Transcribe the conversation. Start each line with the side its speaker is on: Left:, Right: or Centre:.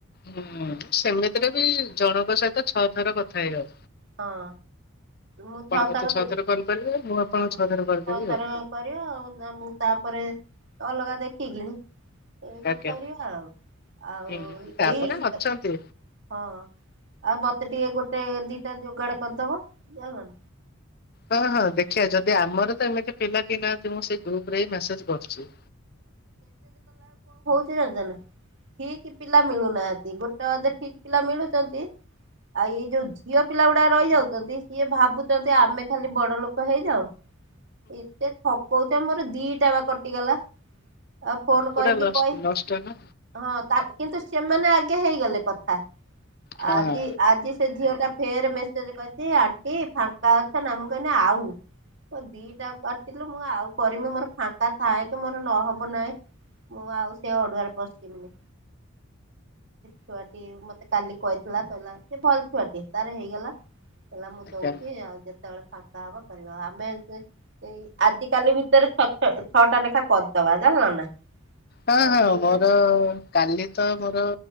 Left: ହୁଁ ସେମିତିରେ ବି ଜଣଙ୍କ ସହିତ ଛଅ ଥର କଥା ଥା ହେଇ
Right: ହଁ ମୁଁ ଛ
Left: ମତେ
Right: ଥର
Left: ଛଅ କଲ୍ କରିବେ ମୁଁ ଆପଣଙ୍କୁ
Right: ହଁ
Left: ଛଅ ଥର କରିଦେବି
Right: ଛ ଥର
Left: ଆଉ
Right: କରିବ ଆଉ ମୁ ତାପରେ ଅଲଗା ଦେଖି କି ନି ଏ
Left: ଆଜ୍ଞା
Right: କରିବା ଆଉ ଆଉ
Left: ହୁଁ ତାପରେ
Right: ଏଇ
Left: ଅଛନ୍ତି।
Right: ହଁ ଆଉ ମତେ ଟିକେ ଗୋଟେ ସେ ଦି ଦିଟା ଜୋଗାଡ କରିଦେବ ନା କଣ?
Left: ହଁ ହଁ ଦେଖିିବା ଯଦି ଆମର ତ ଏମିତି ପିଲା କେହି ନାହାନ୍ତି ମୁଁ ସେ ଗ୍ରୁପରେ ମେସେଜ କରିଛି।
Right: ଜାଣିଚନା ଠିକ୍ ପିଲା ମିଳୁନାହାନ୍ତି ଗୋଟେ ଅଧେ ଠିକ୍ ପିଲା ମିଳୁଛନ୍ତି ଆଉ ଏଇ ଯୋଉ ଝିଅ ପିଲା ଗୁଡା ରହିଯାଉଛନ୍ତି ସିଏ ଭାବୁଛନ୍ତି ଆମେ ଖାଲି ବଡ ଲୋକ ହେଇଯାଉ ଏତେ ଠ କହୁଚ ମୋର ଦିଟା ବା କଟିଗଲା। ଆଉ ଫୋନ
Left: ପୁରା
Right: କରିକି
Left: ଲଷ୍ଟ
Right: କହି
Left: ଲଷ୍ଟ ନା
Right: ହଁ ତା କିନ୍ତୁ ସେମାନେ ଆ କେ ହେଇଗଲେ କଥା।
Left: ହଁ
Right: ଆଜି ଆଜି ସେଝିଅଟା ଫେର୍ ମେସ୍ କହିଛି ଆଣ୍ଟି ଫାଙ୍କା ଅଛ ନା ମୁଁ କହିନି ଆଉ। ମୋ ଦିଟାଙ୍କ କାଟି ଇଲ ମୁଁ ଆଉ କରିମି ମୋର ଫାଙ୍କ ଥାଏ। ତୁ ମୋର ନହବ ନାହିଁ ମୁଁ ଆଉ ସେ ଅଡୁଆରେ ପଶିବିନି ଛୁଆଟି ମତେ କାଲି କହିଥିଲା କହିଲା ସେ ଭଲ ଛୁଆଟି ତାର ହେଇଗଲା କହିଲା ମୁଁ
Left: ଆଜ୍ଞା।
Right: ଦଉଛି ଆଉ ଯେତେବେଳେ ଫାଙ୍କା ହବ କରିବା ଆମେ ଆଜି ଏଇ ଆଜି କାଲି ଭିତରେ ଛ ଛ ଛଅଟା ଲେଖା କରଦବା ଜାଲ ନା।
Left: ହଁ
Right: କରିଦେଇକି
Left: ହଁ ମୋର କାଲି ତ ମୋର